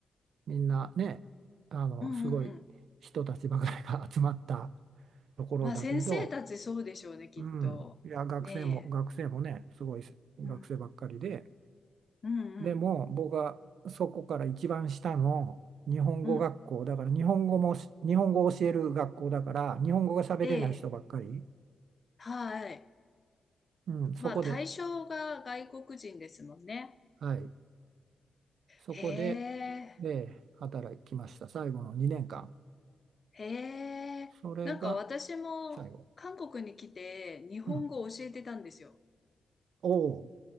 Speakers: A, on the right; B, on the left.
A: みんなね、あのすごい人たちばかりが
B: うんうんうん。
A: <laughs> 集まったところだけど、
B: まあ先生たちそうでしょうね、きっと。
A: うん、いや、学生も、
B: ね
A: 学生もね、すごい学生ばっかりで、
B: え、うん、うんうん、
A: でも僕はそこから一番下の日本語学校だから、
B: うん。
A: 日本語もし、日本語を教える学校だから、日本語が喋れない人ばっかり、
B: ええ、はい。
A: うん、そこで、
B: まあ対象が外国人ですもんね。
A: はい。そこで、
B: へえ。
A: えー働きました。最後の2年間。
B: へえ、
A: それが
B: なんか私も韓国に来て日本語を教えてたんですよ。
A: 最後。うん。おお、